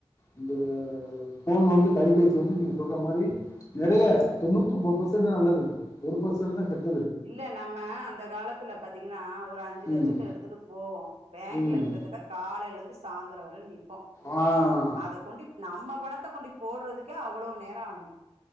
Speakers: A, on the left; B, on the right.
A: இந்த ஃபோன் வந்து கைபேசி வந்து நீங்க சொல்ற மாரி நெறைய தொண்ணூத் ஒம்போது பர்சன்ட் தா நல்லது இருக்கு ஒரு பர்சன்ட் தா கெட்
B: இல்ல நம்ம அந்த காலத்துல பாத்தீங்கன்னா ஒரு அஞ்சு
A: ம்
B: லட்சத்த எடுத்துட்டு போவோ பேங்க்ல
A: ம்
B: கிட்டத்தட்ட காலேல இருந்து சாந்தர வர நிப்போ
A: ஆ
B: அத கொண்டிப் நம்ம பணத்த கொண்டிப் போடுறதுக்கே அவ்ளோ நேர ஆகு